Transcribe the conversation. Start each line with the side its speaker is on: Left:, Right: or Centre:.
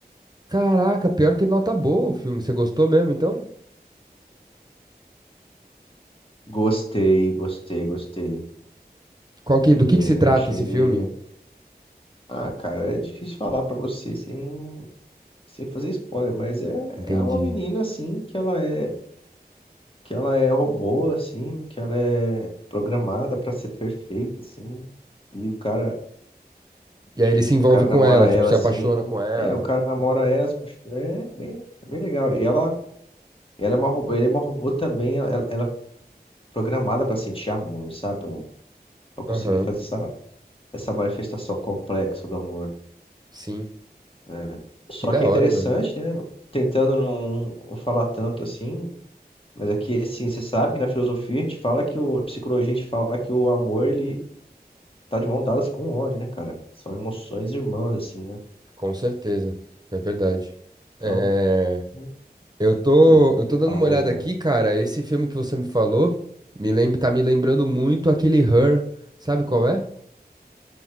Right: Caraca, pior que nota boa o filme. Você gostou mesmo, então?
Left: Gostei, gostei, gostei.
Right: Qual que,
Left: Eu
Right: do que que se trata
Left: achei
Right: esse
Left: ele.
Right: filme?
Left: Ah, cara, é difícil falar pra você sem, sem fazer spoiler, mas é,
Right: Entendi.
Left: é uma menina, assim, que ela é. que ela é robô, assim, que ela é programada pra ser perfeita, assim. E o cara,
Right: E aí ele se
Left: o
Right: envolve
Left: cara namora
Right: com ela,
Left: ela,
Right: tipo, se
Left: assim.
Right: apaixona com ela.
Left: É, o cara namora ela, assim, é bem, é bem legal. E ela, ela é uma, robô- ele é uma robô também, ela, ela é programada pra sentir amor, sabe? Pra, pra conseguir
Right: Aham,
Left: fazer essa, essa manifestação complexa do amor,
Right: sim.
Left: né? Só
Right: Que da
Left: que é
Right: hora,
Left: interessante,
Right: mano.
Left: né? Tentando não, não falar tanto assim, mas aqui, assim, você sabe que na filosofia a gente fala que o, a psicologia a gente fala que o amor, ele tá de mão dadas com o ódio, né, cara? São emoções irmãs, assim, né?
Right: Com certeza. É verdade.
Left: Então,
Right: É,
Left: não
Right: eu tô,
Left: sei
Right: eu tô dando
Left: falar
Right: uma
Left: mais
Right: olhada
Left: nada.
Right: aqui, cara. Esse filme que você me falou me lembra, tá me lembrando muito aquele Her. Sabe qual é?